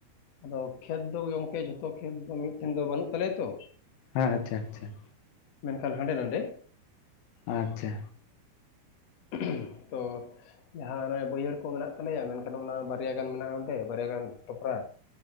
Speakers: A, on the left; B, on the left.
A: ᱟᱫᱚ ᱠᱷᱮᱛ ᱫᱚ ᱜᱚᱝᱠᱮ ᱡᱷᱚᱛᱚ ᱠᱷᱮᱛ ᱫᱚ ᱢᱤᱫᱴᱷᱮᱱ ᱫᱚ ᱵᱟᱹᱱᱩᱜ ᱛᱟᱞᱮᱭᱟ ᱛᱚ᱾
B: ᱦᱮᱸ ᱟᱪᱪᱷᱟ, ᱟᱪᱪᱷᱟ᱾
A: ᱢᱮᱱᱠᱷᱟᱱ ᱦᱟᱸᱰᱮ ᱱᱟᱸᱰᱮ
B: ᱟᱪᱪᱷᱟ᱾
A: ᱛᱚ ᱡᱟᱦᱟ ᱦᱟᱱᱮ ᱵᱟᱹᱭᱦᱟᱹᱲ ᱠᱚ ᱢᱮᱱᱟᱜ ᱛᱟᱞᱮᱭᱟ ᱢᱮᱱᱠᱷᱟᱱ ᱚᱱᱟ ᱵᱟᱨᱭᱟ ᱜᱟᱱ ᱢᱮᱱᱟᱜ-ᱟ ᱚᱸᱰᱮ ᱵᱟᱨᱭᱟ ᱜᱟᱱ ᱴᱚᱯᱨᱟ᱾